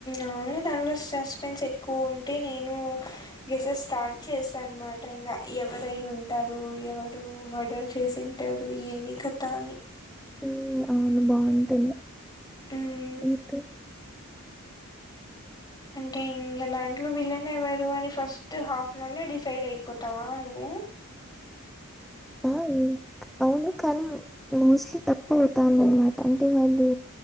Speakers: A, on the left; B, in the centre.
A: అవన్లే దాంట్లో సస్పెన్స్ ఎక్కువ ఉంటే నేను గెసెస్ స్టార్ట్ చేసా అన్నమాట ఇగ ఎవరై ఉంటారు ఎవరు మర్డర్ చేసిన్ టరు ఏమి కథ అని
B: మ్మ్ అవును బాగుంటుంది
A: మ్
B: ఇంకా
A: అంటే ఇంకా దాంట్లో విలన్ ఎవరు అని ఫస్ట్ హాఫ్ లోనే డిసైడ్ అయి పోతావా నువ్వు
B: ఆఊ అవును కానీ మోస్ట్లీ తప్పు అవుతాను. అన్నమాట అంటే వాళ్ళు